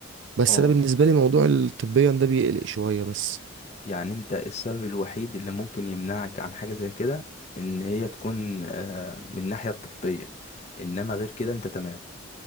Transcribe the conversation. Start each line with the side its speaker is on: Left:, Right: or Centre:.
Right: بس
Left: اه
Right: انا بالنسبه لي موضوع الطبيا ده بيقلق شويه بس
Left: يعني انت السبب الوحيد اللي ممكن يمنعك عن حاجة زي كده ان هي تكون آه من الناحية الطبية انما غير كده انت تمام